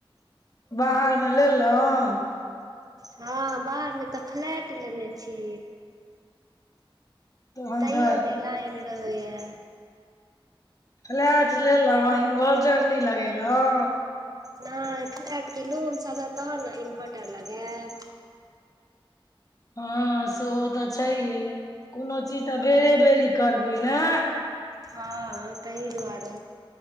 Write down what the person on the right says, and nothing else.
हँ बाहरमे तऽ फ्लैट लेने छी।
तैयो
नहि लाईन रहैय।
नहि फ़्लाइट लोन सधत तहन ने इन्भर्टर लगायब।
हँ तहि दुआरे